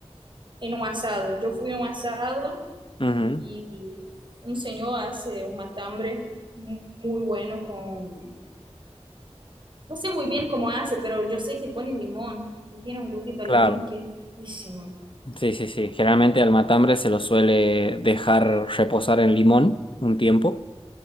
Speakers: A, on the right; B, on the left.
A: en un asado. Yo fui a un asado.
B: Ujú,
A: y y un señor hace un matambre mu- muy bueno con, no sé muy bien cómo hace, pero yo sé que pone limón y tiene un gustito a
B: Claro.
A: limón que es riquísimo.
B: Sí, sí, sí. Generalmente al matambre se lo suele dejar reposar en limón un tiempo